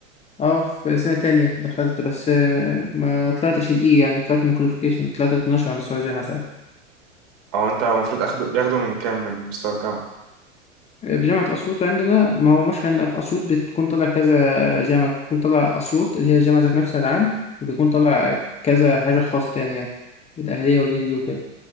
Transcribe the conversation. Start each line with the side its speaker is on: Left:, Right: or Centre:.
Left: اه في سنة تانية دخلت بس آه، ما طلعتش الإي يعني طلعت من الكواليفيكيشن طلعت 12 على مستوى الجامعة ساعتها
Right: أو أنت المفروض أخده بياخدوا من كام من مستوى الجامعة
Left: في جامعة أسيوط عندنا ما هو مشكلة إن في أسيوط بتكون طالع كذا جامعة بتكون طالع أسيوط اللي هي الجامعة ذات نفسها العام وبيكون طالع كذا حاجة خاصة تاني يعني الأهلية والليلي وكده